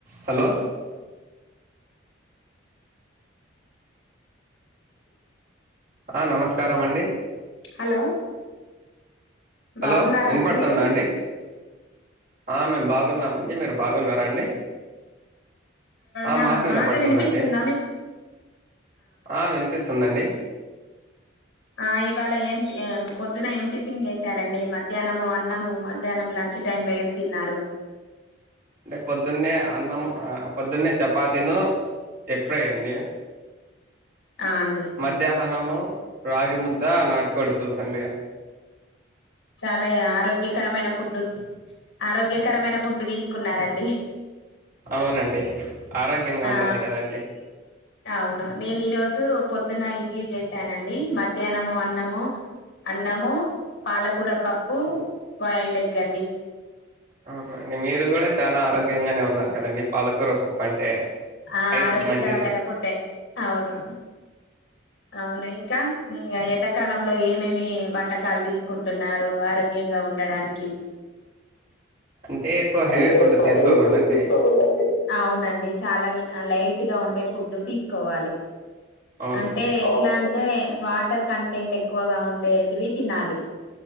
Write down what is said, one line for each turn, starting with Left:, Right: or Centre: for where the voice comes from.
Right: Hello ఆ నమస్కారం అండి
Left: హలో బావున్నారా
Right: హలో వినపడుతుందా
Left: అండి మీరు
Right: ఆ మేము బాగున్నామండి మీరు బాగున్నారా అండి ఆ
Left: నా
Right: మాకు వినపడుతుదండి
Left: మాట వినిపిస్తుందా మీ
Right: ఆ వినిపిస్తుందండి
Left: ఆ ఇవాళ ఏంటి పొద్దున ఏం టిఫిన్ చేశారండి మధ్యాహ్నము అన్నము మధ్యాహ్నం లంచ్ టైం లో ఏం తిన్నారు
Right: అంటే పొద్దున్నే అన్నం పొద్దున్నే చపాతీను ఎగ్ ఫ్రై అండి
Left: ఆ అండి
Right: మధ్యాహ్నము రాగి ముద్ద నాటు కోడి పులుసండి
Left: చాలా ఆరోగ్యకరమైన ఫుడ్డు ఆరోగ్యకరమైన ఫుడ్డు తీసుకున్నారండి
Right: అవునండి ఆరోగ్యంగా
Left: ఆ
Right: ఉండాలి కదండి
Left: అవును నేను ఈ రోజు పొ ద్దున ఇడ్లీ చేసానండి మధ్యాన అన్నము అన్నము పాల కూర పప్పు బాయిల్డ్ ఎగ్గండి
Right: అవునండి మీరు కూడా చాలా ఆరోగ్యంగానే ఉన్నారు కదండి పాలకూర పప్పు అంటే
Left: ఆ
Right: ఐస్కి
Left: ఆరోగ్యకరమైన
Right: మంచిది
Left: ఫుడ్డే అవును అవును ఇంకా ఇంగ ఎండాకాలంలో ఏమేమి వంటకాలు తీసుకుంటున్నారు ఆరోగ్యంగా ఉండడానికి
Right: అంటే ఎక్కువ
Left: అంటే
Right: హెవీ ఫుడ్
Left: ఎక్కువ
Right: తీసుకోకూడదండి
Left: హెవీ ఫుడ్ తీసుకోకూడదండి అవునండి చాలా లైట్గా ఉండే ఫుడ్ తీసుకోవాలి
Right: అవునండి
Left: అంటే ఎట్లా అంటే వాటర్ కంటెంట్ ఎక్కువగా ఉండేటివి తినాలి